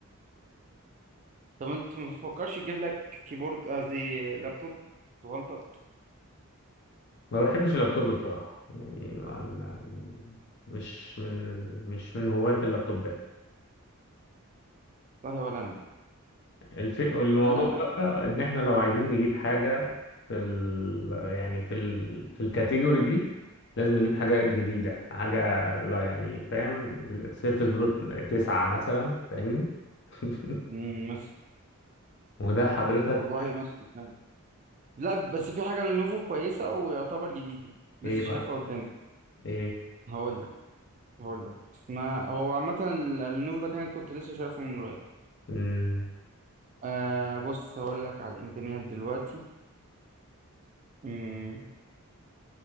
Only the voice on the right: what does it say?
طب انت ما بتفكرش تجيب لك كيبورد قصدي لابتوب صغنطط
والله ولا انا
لا انا
كنت
مم، مثلا
والله مثلا فعلا. لا بس في حاجة للنوفو كويسة ويعتبر جديدة لسه
شايفها قدامي
هقول لك هقول لك اسمها هو عامة ال- اللينوفو ده كان كنت لسه شايفه من قريب
آه بص هقول لك على الإمكانيات دلوقتي مم.